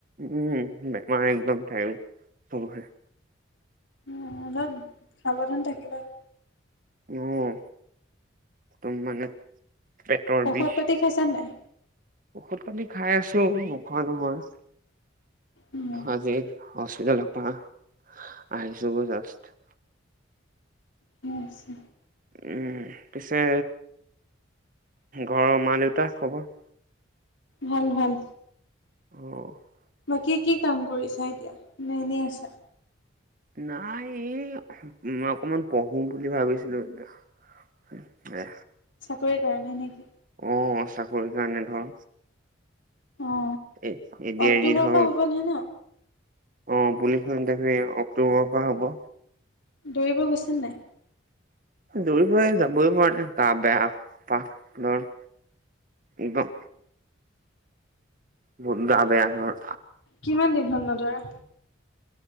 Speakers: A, on the right; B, on the left.
A: উম' বেমাৰ একদম তাইয়ো, চবৰে।
B: উম-উম, অলপ সাৱধান থাকিবা।
A: উম। একদম মানে পেটৰ
B: ঔষধ
A: বিষ।
B: পাতি খাইছা নাই
A: ঔষধ পানী খাই আছোয়ে, নোখোৱা নহয়।
B: উম
A: আজি হস্পিটালৰ পৰা, আহিছোঁ সে জাষ্ট।
B: কিবা হৈছে?
A: উম' পিছে ঘৰৰ মা-দেউতা খবৰ?
B: ভাল-ভাল।
A: অ
B: বাকী কি কাম কৰিছা এতিয়া? নে এনেই আছা।
A: নাই এই, মই অকমান পঢ়ো বুলি ভাবিছিলোঁ এতিয়া। উম' দে।
B: চাকৰি কৰা নাই নেকি?
A: অ, চাকৰিৰ কাৰণে ধৰ।
B: অ,
A: এ এ ডি
B: অক্টোবৰৰ
A: আৰ ই ধৰ
B: পৰা হ'ব নহয় ন?
A: অ, পুলিচ ইন্টাৰভিউ অক্টোবৰৰ পৰা হ'ব।
B: দৌৰিব গৈছে নাই?
A: দৌৰিবই যাবই পৰা নাই, গা বেয়া একদম মোৰ। একদম বহুত গা বেয়া হয়।
B: কিমান দিন হ'ল নদৌৰা?